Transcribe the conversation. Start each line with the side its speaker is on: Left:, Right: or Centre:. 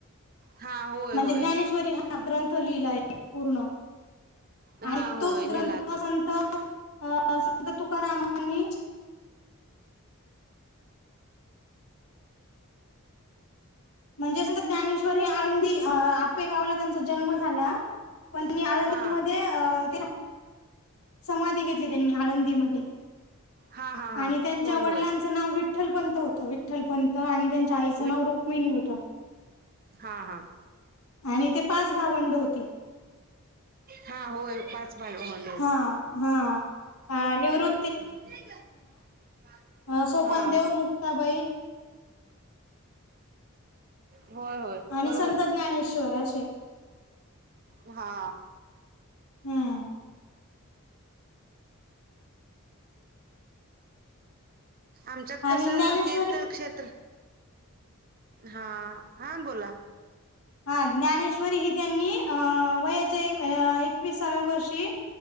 Right: हा होय
Left: म्हणजे
Right: होय
Left: ज्ञानेश्वरी हा ग्रंथ लिहिलाय पूर्ण
Right: हा
Left: ऐकतोच
Right: होय लिहिला
Left: ग्रंथ
Right: की
Left: संत अ संत तुकारामांनी म्हणजे संत ज्ञानेश्वर हे आळंदी आपेगावला त्यांचा जन्म झाला पण तेनी आळंदी
Right: हा
Left: मध्ये अ ते राहत समाधी घेतली त्यांनी आळंदीमध्ये
Right: हा हा
Left: आणि
Right: हा
Left: त्यांच्या
Right: होय होय
Left: वडिलांच च नाव विठ्ठल पंत होत विठ्ठल पंत आणि त्यांच्या आईचं
Right: वि
Left: नाव रुक्मिणी होत
Right: हा हा
Left: आणि ते पाच भावंड होती
Right: हा होय पाच <unintelligible>
Left: हा हा ह निवृ
Right: <unintelligible>
Left: अ सोपान
Right: हा
Left: देव मुक्ताबाई
Right: होय होय
Left: आणि
Right: बरोबर
Left: संत ज्ञानेश्वर आहेचे
Right: हा
Left: हम्म
Right: आमच्यात
Left: आणि
Right: कस जरा
Left: ज्ञानेश्वरी
Right: तीर्थक्षेत्र हा हा बोला
Left: हा ज्ञानेश्वरी ही त्यांनी अ वयाच्या एकविसाव्या वर्षी